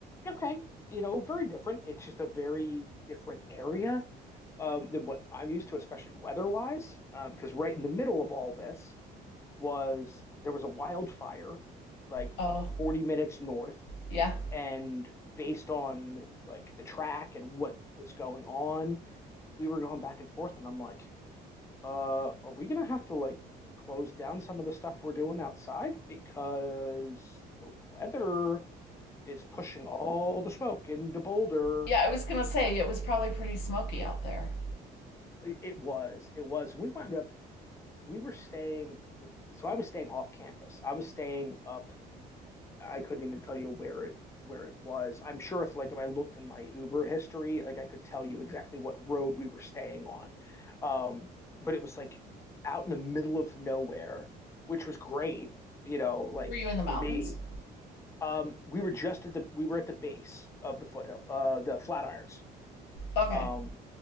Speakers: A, on the left; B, on the left.
A: okay, you know, very different. It's just a very different area um, than what I'm used to, especially weather-wise. Um, because right in the middle of all this was there was a wildfire, like
B: Oh,
A: 40 minutes north,
B: yeah.
A: and based on like the track and what was going on, we were going back and forth, and I'm like, uh, are we gonna have to like close down some of the stuff we're doing outside because the weather is pushing all the smoke into Boulder.
B: Yeah, I was gonna say it was probably pretty smoky out there.
A: It, it was, it was. We wound up, we were staying, like, so I was staying off campus. I was staying up. I couldn't even tell you where it where it was. I'm sure if like if I looked in my Uber history, like I could tell you exactly what road we were staying on. Um, but it was like out in the middle of nowhere, which was great, you know, like
B: Were you in the mountains?
A: for me. Um, we were just at the we were at the base of the foothill, uh, the Flatirons.
B: Okay.
A: Um,